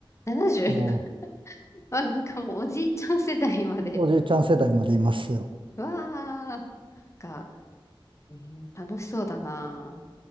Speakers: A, on the left (about 30°); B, on the right (about 65°).
A: 70?
B: も
A: <laughs> あ、なんかもうおじいちゃん世代まで。
B: うおじいちゃん世代までいますよ。
A: うわあ、なんか、えー楽しそうだな